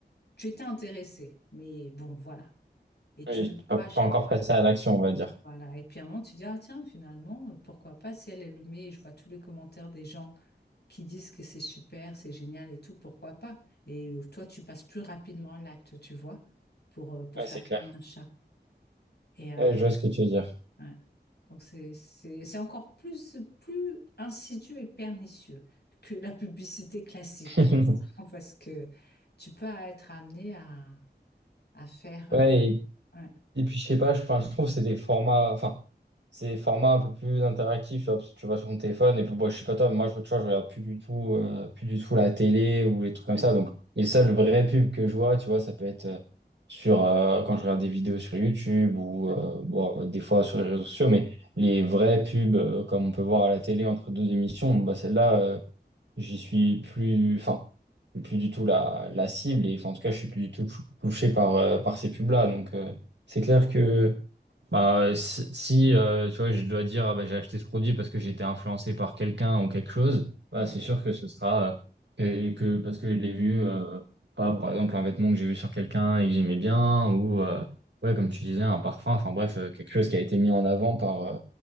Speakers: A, on the left (about 65°); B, on the right (about 75°).
A: tu étais intéressé. Mais bon, voilà. Et tu
B: Oui,
A: la vois
B: pas
A: à chaque
B: pas encore
A: fois.
B: passer à l'action, on va dire.
A: Voilà. Et puis à un moment, tu dis, ah tiens, finalement, euh, pourquoi pas si elle, elle le met, et je vois tous les commentaires des gens qui disent que c'est super, c'est génial et tout, pourquoi pas? Et toi, tu passes plus rapidement à l'acte, tu vois, pour, euh, pour
B: Ouais,
A: faire
B: c'est clair.
A: ton achat. Et euh,
B: Ouais, je vois ce que tu veux dire.
A: ouais. Donc, c'est, c'est, c'est encore plus, plus insidieux et pernicieux que la publicité classique,
B: <laughs>
A: je trouve, <laughs> parce que tu peux être amené à, à faire... euh,
B: Ouais, et,
A: ouais,
B: et puis je sais pas, je, enfin, je trouve que c'est des formats, enfin, c'est des formats un peu plus interactifs, tu vois, parce que tu vas sur ton téléphone, et puis bon, je sais pas toi, mais moi, je, tu vois, je regarde plus du tout, euh, plus du tout la télé ou les trucs comme
A: ouais,
B: ça. Donc, les seules vraies pubs que je vois, tu vois, ça peut être euh, sur, euh, quand je regarde des vidéos sur YouTube ou,
A: ouais,
B: euh, bon, euh, des fois sur les réseaux sociaux, mais les vraies pubs, euh, comme on peut voir à la télé entre deux émissions, bah, celles-là, j'y suis plus, enfin, plus du tout la, la cible et enfin, en tout cas, je suis plus du tout tou- touché par, euh, par ces pubs-là. Donc, euh, c'est clair que bah, si, si, euh, tu vois, je dois dire, ah, bah, j'ai acheté ce produit parce que j'ai été influencé par quelqu'un ou quelque chose, bah,
A: ouais.
B: c'est sûr que ce sera euh, que, que- parce que je l'ai vu, euh, pas, par exemple, un vêtement que j'ai vu sur quelqu'un et que j'aimais bien ou, euh, ouais, comme tu disais, un parfum, enfin, bref, euh, quelque chose qui a été mis en avant par, euh,